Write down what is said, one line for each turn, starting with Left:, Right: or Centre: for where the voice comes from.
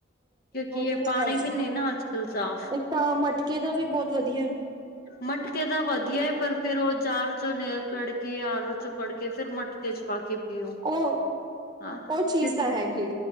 Left: ਕਿਉਂਕਿ ਇਹ
Right: ਨਹੀਂ
Left: ਪਾਣੀ
Right: ਕਰਦੇ
Left: ਵੀ ਨਹੀ ਨਾ ਅੱਜ ਕੱਲ੍ਹ ਸਾਫ਼
Right: ਇੱਕ ਤਾਂ ਮਟਕੇ ਦਾ ਵੀ ਬਹੁਤ ਵਧੀਆ।
Left: ਮਟਕੇ ਤਾਂ ਵਧੀਆ ਪਰ ਫਿਰ ਉਹ ਜਾਰ 'ਚੋਂ ਕੜ ਕੇ ਆਰ ਚੋਂ ਕੱੜ ਕੇ ਫੇਰ ਮਟਕੇ 'ਚ ਪਾ ਕੇ ਕਿਉ
Right: ਉਹ
Left: ਅਂ
Right: ਉਹ ਚੀਜ਼
Left: ਕਿਉਕਿ
Right: ਤਾਂ ਹੈਗੀ